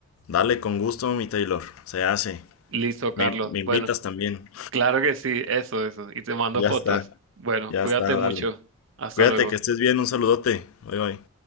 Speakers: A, on the left; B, on the right.
A: Dale, con gusto, mi Taylor. Se hace.
B: Listo, Carlos.
A: Me, me
B: Bueno,
A: invitas también.
B: claro que sí, eso, eso. Y te mando
A: Ya
B: fotos.
A: está,
B: Bueno,
A: ya
B: cuídate
A: está, dale.
B: mucho. Hasta
A: Cuídate,
B: luego.
A: que estés bien. Un saludote. Bye, bye.